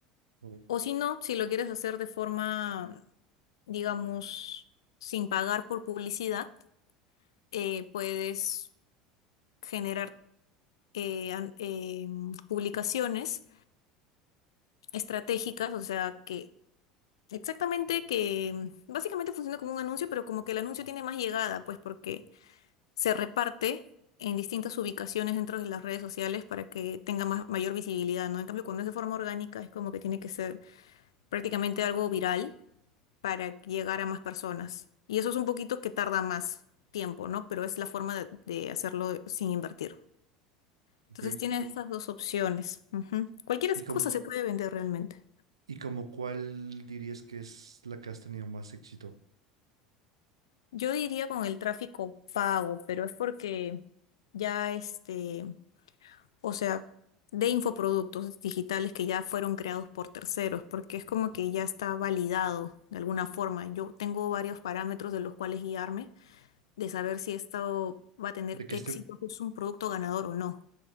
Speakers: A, on the right; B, on the left.
A: Oh,
B: O si no, si lo quieres hacer de forma, digamos, sin pagar por publicidad eh, puedes generar eh, an- eh, publicaciones estratégicas, o sea, que exactamente que mm, básicamente funciona como un anuncio, pero como que el anuncio tiene más llegada, pues porque se reparte en distintas ubicaciones dentro de las redes sociales para que tenga más, mayor visibilidad, ¿no? En cambio, cuando es de forma orgánica, es como que tiene que ser prácticamente algo viral para llegar a más personas. Y eso es un poquito que tarda más tiempo, ¿no? Pero es la forma de de hacerlo sin invertir. Entonces
A: ok.
B: tienes Sí. estas dos opciones. Ujú. Cualquier
A: ¿Y com-
B: cosa se puede vender realmente.
A: y como cuál dirías que es la que has tenido más éxito?
B: Yo diría con el tráfico pago, pero es porque ya este, o sea, de infoproductos digitales que ya fueron creados por terceros, porque es como que ya está validado de alguna forma. Yo tengo varios parámetros de los cuales guiarme, de saber si esto va a tener
A: De que
B: éxito,
A: este,
B: si es un producto ganador o no.